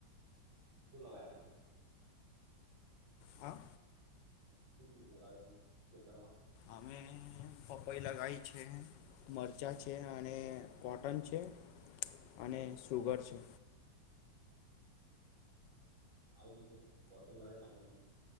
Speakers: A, on the right; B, on the left.
A: બું લગાય તમે?
B: હા
A: રૂ પીપ લગાવે તમે ખેતરમાં?
B: અમે પપઈ લગાવ છે, મરચાં છે, અને કોટન છે, અને સુગર છે.
A: મારી બી છે કોટન લડાઈ છે અમે.